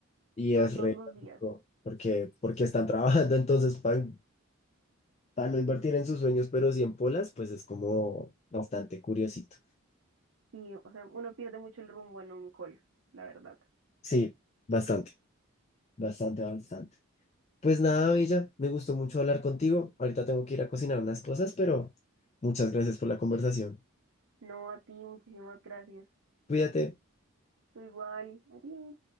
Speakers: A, on the left; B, on the right.
A: y
B: todos
A: es re
B: los
A: lógico,
B: días.
A: porque, porque están trabajando <laughs> entonces para para no invertir en sus sueños, pero sí en polas, pues es como bastante curiosito.
B: Sí, o sea, uno pierde mucho el rumbo en un call, la verdad.
A: Sí, bastante, bastante, bastante. Pues nada, Bella, me gustó mucho hablar contigo. Ahorita tengo que ir a cocinar unas cosas, pero muchas gracias por la conversación.
B: No, a ti, muchísimas gracias.
A: Cuídate.
B: Tú igual, adiós.